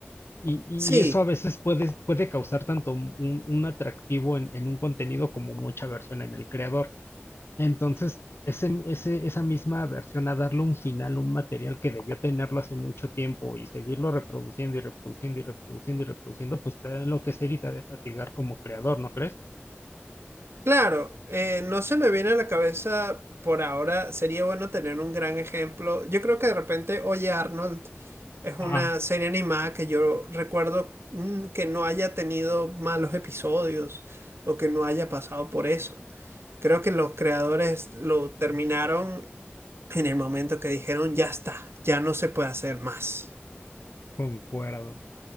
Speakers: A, on the left (about 65°); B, on the right (about 65°).
A: Y,
B: Sí.
A: y eso a veces puede, puede causar tanto un, un atractivo en en un contenido como mucha versión en el creador. Entonces, ese, ese, esa misma versión a darle un final, un material que debió tenerlo hace mucho tiempo y seguirlo reproduciendo y reproduciendo y reproduciendo y reproduciendo, pues te da enloquecer y te de fatigar como creador, ¿no crees?
B: Claro, eh, no se me viene a la cabeza por ahora. Sería bueno tener un gran ejemplo. Yo creo que de repente Oye Arnold es
A: Ah,
B: una serie animada que yo recuerdo mm, que no haya tenido malos episodios o que no haya pasado por eso. Creo que los creadores lo terminaron en el momento que dijeron, ya está, ya no se puede hacer más.
A: concuerdo,